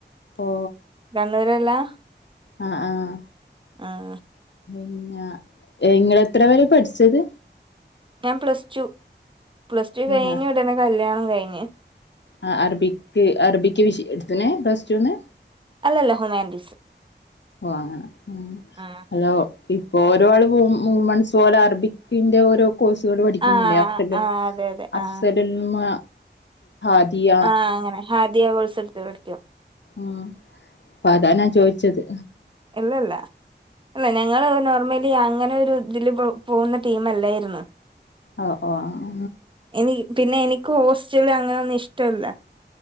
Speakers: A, on the left; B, on the right.
A: ഓ
B: കണ്ണൂരെല്ലാ
A: ആഹ ആഹ
B: ആഹ
A: പിന്നെ ഇങ്ങൾ എത്ര വരെ പഠിച്ചത്
B: ഞാൻ പ്ലസ് ടു പ്ലസ് ടു കഴിഞ്ഞു
A: ആഹ്
B: ഇടന്നെ കല്യാണം കഴിഞ്ഞ്
A: ആഹ അറബിക്ക് അറബിക്ക് വിഷ എട്ത്തിനെ പ്ലസ് ടൂന്ന്
B: അല്ലല്ല ഹുമാൻഡീസ്
A: ഓ അങ്ങനെ ഉം
B: ആ
A: അലേ ഇപ്പൊ ഓരോ ആള് മുമൺസ് പോലെ അറബിക്കിന്റെ ഓരോ കോഴ്സുകൾ പഠിക്കുന്നില്ലേ
B: ആ
A: അസ
B: ആ അതെ അതെ
A: അസലുൽഉൽമ
B: ആ
A: അദിയ
B: ആഹ അങ്ങനെ ഹാദിയ കോയിസ് എടുത്ത് പഠിക്ക
A: ആഹ അപ്പെ അതാനാ ചോയിച്ചത്
B: ഇല്ലല്ല അല്ല ഞങ്ങൾ നോർമലി അങ്ങനെൊ ഒരു ഇതില് പോകുന്ന ടീം അല്ലായിരുന്നു
A: ഓ ഒ ആഹ
B: എനി പിന്നെ എനിക്കും ഹോസ്റ്റൽ അങ്ങനൊന്നും ഇഷ്ടല്ല